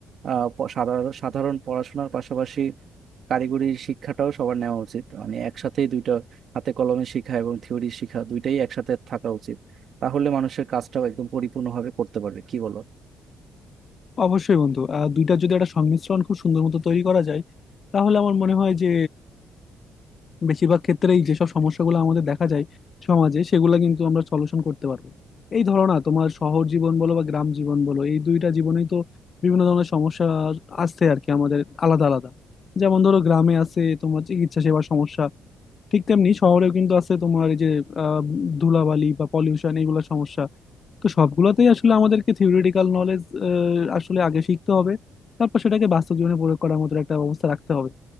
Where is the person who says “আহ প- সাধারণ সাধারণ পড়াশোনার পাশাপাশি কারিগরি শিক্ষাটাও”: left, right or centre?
Right